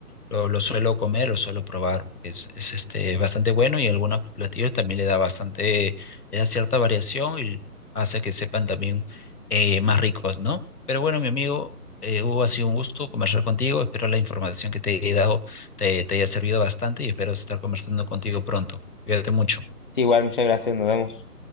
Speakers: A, on the left; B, on the left.
A: lo, lo suelo comer, lo suelo probar, porque es, es, este, bastante bueno y algunos platillos también le da bastante, le da cierta variación y hace que sepan también eh, más ricos, ¿no? Pero bueno, mi amigo, eh, Hugo, ha sido un gusto conversar contigo. Espero la información que te he dado te, te haya servido bastante y espero estar conversando contigo pronto. Cuídate mucho.
B: Sí, igual, muchas gracias, nos vemos.